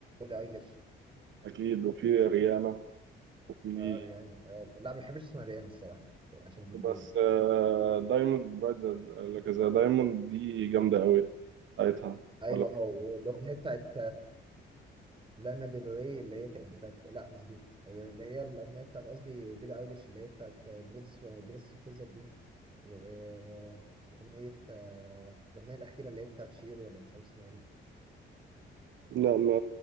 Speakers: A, on the right; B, on the right.
A: ايليش
B: أكيد وفي ريانا وفي
A: اه ريان آه لا ما بحبش اسمها ريان الصراحه يعني عشان زنجيه
B: بس آه، دايموند برايت لك زي دايموند دي جامدة أوي بتاعتها
A: ايوه
B: ولا
A: هو الاغنيه بتاعت لانا ديل ري اللي هي كانت بتاعت لا مش دي اللي هي الاغنيه بتاعت قصدي بيلي ايليش اللي هي بتاعت بريس بريس فيزر دي واغنيه آه، الاغنيه الاخيره اللي هي بتاعت شير ولا مش عارف اسمها ايه
B: لا ما